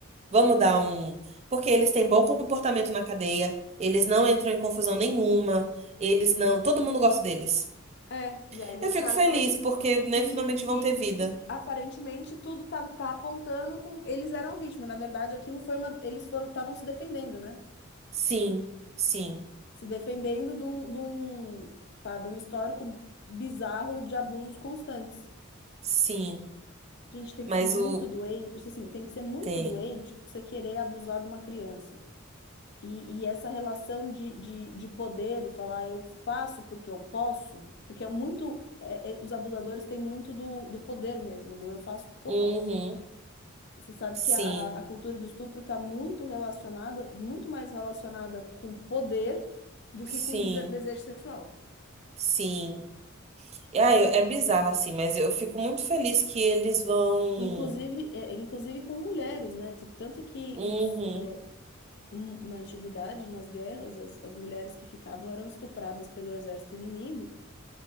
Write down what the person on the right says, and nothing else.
Vamos dar um. Porque eles têm bom comportamento na cadeia, eles não entram em confusão nenhuma, eles não. Todo mundo gosta deles.
Eu
fico
feliz
porque, né,
finalmente
vão ter vida.
Sim, sim,
sim.
Mas
o.
Tem.
Uhum.
Sim,
sim,
sim. E, ah, eu- é bizarro assim, mas eu fico muito feliz que eles vão.
Uhum,